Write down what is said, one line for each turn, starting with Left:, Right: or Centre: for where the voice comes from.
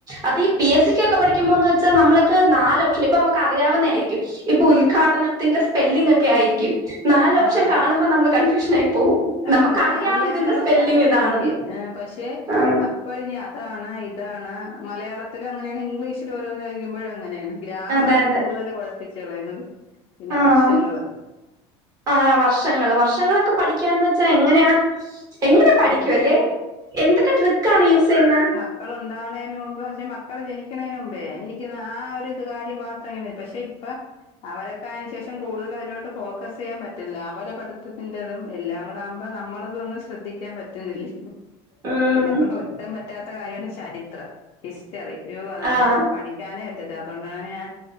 Right: അത് ഈ പി എസ് സി കൊക്കെ പഠി ക്കുമോന്ന് വച്ചാനമ്മളക്ക് നാലോപ്‌ഷനാ ഇപ്പമക്ക് അറിയാവുന്നേരിക്കും. ഇപ്പൊ ഉദ്ഘാടനത്തിന്റെ സ്പെല്ലിംഗ ഒക്കെ ആയിരിക്ക്യും നാലോപ്ഷൻ
Left: ആഹ്
Right: കാണുമ്പോ നമ്മൾ കൺഫ്യൂഷൻ ആയി പോവും.
Left: ആഹ്
Right: നമുക്കറിയാം
Left: അത് തന്നെ അറിയാന്നുള്ള
Right: ഇതിന്റെ സ്പെല്ലിങ്
Left: കാര്യായിരിക്കും
Right: ഇതാണെന്ന്
Left: പക്ഷെ
Right: ആ
Left: ഇപ്പൊയ്ന് അതാണ് ഇതാണ് മലയാളത്തിലും അങ്ങനെണ് ഇംഗ്ലീഷില ഓരോന്ന് ചോദിക്കുമ്പോഴും അങ്ങനേണ് ഗ്രാമറാണ്
Right: അതെ അതെ
Left: കൂടുതൽ കുഴപ്പിച്ച് കളയുന്നത് പിന്നെ
Right: ആഹ്
Left: വർഷങ്ങള്
Right: ആഹ് വർഷങ്ങള് വർഷങ്ങളൊക്കെ പഠിക്കാന്ന് വെച്ചാ എങ്ങനെയാ എങ്ങനെ പഠിക്കുംല്ലേ
Left: ഉം
Right: എന്തൊക്കെ ട്രിക്ക് ആണ് യൂസ് ചെയ്യുന്നത്
Left: മക്കള ഉണ്ടാവുന്നേതിനന് മുമ്പ് പക്ഷെ മക്കള് ജനിക്കുന്നതിനന് മുമ്പേ എനിക്ക് ആ ഒരു ഇത് കാര്യം മാത്രം ഇങ്ങനെ പക്ഷെ ഇപ്പ അവരൊക്കെ അതിനു ശേഷം കൂടുതൽ അതിലോട്ട് ഫോക്കസ് ചെയ്യാൻ പറ്റുന്നില്ല അവരെ പഠിത്തത്തിന്റെറതും എല്ലാം കൂടെ ആകുമ്പോ നമ്മളതൊന്ന് ശ്രദ്ധിക്ക ൻ പറ്റുന്നില്ലേ
Right: ഉം
Left: എന്നെ കൊണ്ട് ഒട്ടും പറ്റാത്ത കാര്യാണ് ചരിത്രം ഹിസ്റ്ററി അയ്യോ അതെന്നെ
Right: ആഹ്
Left: കൊണ്ട് പഠിക്കാനേ പറ്റത്തി അതുകൊണ്ടാണ് ഞാൻ